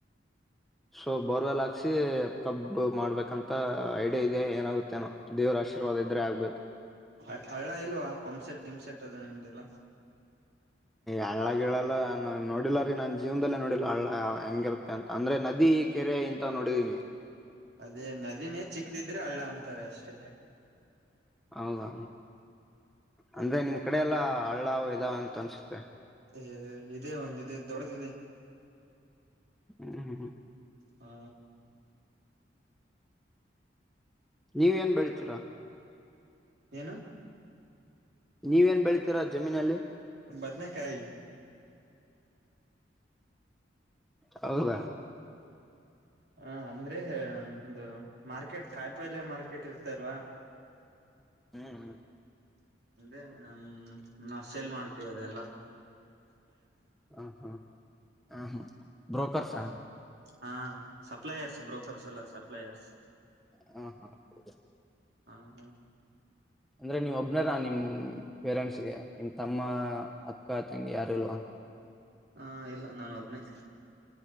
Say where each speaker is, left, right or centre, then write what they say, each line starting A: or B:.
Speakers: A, in the centre; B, on the right.
A: ಸೋ ಬೋರ್ವೆಲ್ ಹಾಕಿಸಿ. ಕಬ್ ಮಾಡ್ಬೇಕಂತ ಐಡಿಯಾ ಇದೆ ಏನಾಗುತ್ತೇನೋ ದೇವ್ರ ಆಶೀರ್ವಾದ ಇದ್ರೆ ಆಗ್ಬೇಕು.
B: ಹ ಹಳ್ಳ ಇಲ್ವಾ ಪಂಪ್ಸೆಟ್ ಗಿಮಸೆಟ್ ಅದ ನಿಮ್ದಲ್ಲ.
A: ಹಳ್ಳ ಗಿಲ್ಲಯಲ್ಲಾ. ನ ನೋಡಿಲ್ಲ ರೀ ನನ್ ಜೀವನದಲ್ಲೇ ನೋಡಿಲ್ಲ ಹಳ್ಳ ಹೆಂಗಿರುತ್ತೆ ಅಂತ ಅಂದ್ರೆ ನದಿ ಕೆರೆ ಇಂತ ನೋಡಿದೀನಿ.
B: ಅದೇ ನದಿನೇ ಚಿಕ್ಕದಿದ್ರೆ ಹಳ್ಳ ಅಂತಾರೆ ಅಷ್ಟೆ.
A: ಹೌದಾ ಅಂದ್ರೆ ನಿಮ್ ಕಡೆ ಎಲ್ಲ ಹಳ್ಳ ಇದಾವ ಅಂತ ಅನ್ಸುತ್ತೆ.
B: ಏ ಇದೇ ಒಂದ ಇದೆ ದೊಡ್ಡದಿದೆ.
A: ಹ್ಮ್ ಹ್ಮ್ ಹ್ಮ್.
B: ಹಾ.
A: ನೀವ ಏನ್ ಬೆಳಿತೀರಾ.
B: ಏನು.
A: ನೀವೇನ್ ಬೆಳಿತೀರಾ ಜಮೀನಲ್ಲಿ.
B: ಬದನೆಕಾಯಿ.
A: ಹೌದ.
B: ಹ ಅಂದ್ರೆ ನಮ್ದು ಮಾರ್ಕೆಟ್ ಕಾಯಿಪಲ್ಯ ಮಾರ್ಕೆಟ್ ಇರ್ತಲ್ವಾ.
A: ಹ್ಮ್ ಹ್ಮ್.
B: ಅಂದ್ರೆ ಹ್ಮ ನಾವವು ಸೇಲ್ ಮಾಡ್ತೇವಿ ಅದೆಲ್ಲಾ.
A: ಹ ಹಾ ಹ ಬ್ರೋಕರ್ಸಾ.
B: ಹಾ ಸಪ್ಲೈಯರ್ಸ್ ಬ್ರೋಕರ್ಸ್ ಎಲ್ಲ ಸಪ್ಲೈಯರ್ಸ್.
A: ಹಾ ಹಾ ಹೌದಾ.
B: ಹ್ಮ ಹಾ.
A: ಅಂದ್ರೆ ನೀವ್ ಒಬ್ನಾರ ನಿಮ್ ಪೇರೆಂಟ್ಸ್ಗೆ ನಿಮ ತಮ್ಮ ಅಕ್ಕ ತಂಗಿ ಯಾರು ಇಲ್ವಾ.
B: ಹಾ ಇಲ್ಲ ನಾನ ಒಬ್ನೇ.